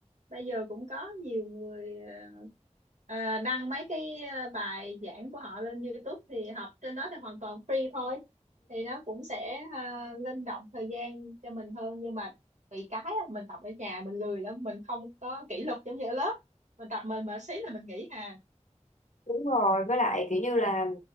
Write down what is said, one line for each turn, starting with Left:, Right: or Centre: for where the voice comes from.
Right: Bây giờ cũng có nhiều người ờ, ờ, đăng mấy cái ờ, bài giảng của họ lên YouTube thì học trên đó thì hoàn toàn free thôi. Thì nó cũng sẽ ờ, linh động thời gian cho mình hơn nhưng mà bị cái á, mình tập ở nhà mình lười lắm, mình không có kỷ luật giống như ở lớp. Mình tập mình mà xí là mình nghỉ hà.
Left: đúng rồi với lại kiểu như là